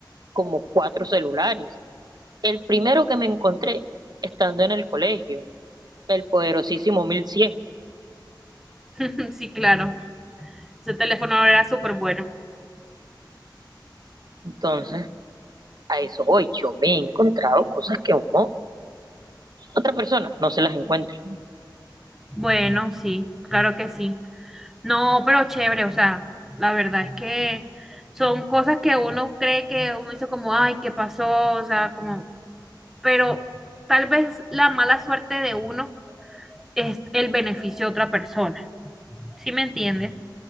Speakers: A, on the right; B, in the centre.
A: como cuatro celulares. El primero que me encontré estando en el colegio, el poderosísimo mil cien
B: <laughs> sí, claro. Ese teléfono era súper bueno.
A: Entonces, a eso voy. Yo me he encontrado cosas que aún no, otra persona no se las encuentra.
B: Bueno, sí, claro que sí. No, pero chévere, o sea, la verdad es que son cosas que uno cree que uno dice como, ay, ¿qué pasó? O sea, como, pero tal vez la mala suerte de uno es el beneficio de otra persona, ¿sí me entiendes?